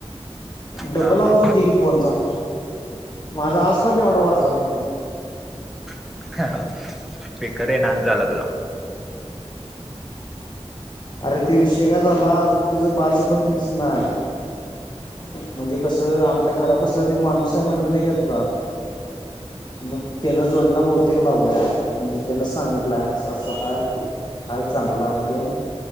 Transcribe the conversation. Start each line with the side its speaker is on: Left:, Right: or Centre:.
Left: डबल
Centre: हा
Left: आवाज
Centre: हा
Left: होती. फोनचा. माझा आज पण एवढा वाजला नाही फोन.
Centre: <inaudible> आहे नाच झाला तुझा
Left: अरे ते विषय काय झाला अजून तिच बाच पण फिक्स नाय. म्हणजे कसं? आमच्या घरा बसलं तरी माणूस नाही म्हणलं नाही का तुला? मग त्यानं जोडणं बहुतेक लावल्या. म्हणजे त्यान सांगितलं असं असं हाय - काय चांगल अं ते-